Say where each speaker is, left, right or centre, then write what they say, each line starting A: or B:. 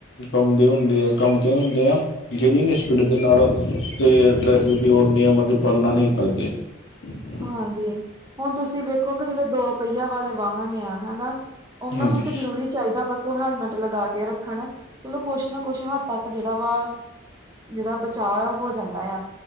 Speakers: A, on the left; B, on the right.
A: ਕੰਮ ਦੇ ਹੁੰਦੇ ਆ ਕੰਮ ਤੇ ਹੁੰਦੇ ਆ। ਜਿਹੜੀ ਏਨੀ ਸਪੀਡ ਦੇ ਨਾਲ ਤੇ, ਟ੍ਰੈਫਿਕ ਦੀ ਉਹ ਨਿਯਮਾਂ ਦੀ ਪਾਲਣਾ ਨਹੀਂ ਕਰਦੇ। <inaudible>
B: ਹਾਂਜੀ, ਹੁਣ ਤੁਸੀਂ ਵੇਖੋ ਕਿ, ਜਿਹੜੇ ਦੋ ਪਹੀਆਂ ਵਾਲੇ ਵਾਹਨ ਆ ਹਨਾ। ਉਹਨਾਂ
A: ਹਾਂਜੀ
B: ਨੂੰ ਤੇ ਜ਼ਰੂਰੀ ਚਾਹੀਦਾ ਵਾ, ਕਿ ਉਹ ਹੈਲਮਟ ਲਗਾ ਕੇ ਰੱਖਣ ਚਲੋ ਕੁਛ ਨਾ ਕੁਛ ਹੱਦ ਤੱਕ, ਜਿਹੜਾ ਵਾ ਜਿਹੜਾ ਬਚਾਅ ਆ, ਉਹ ਹੋ ਜਾਂਦਾ ਆ,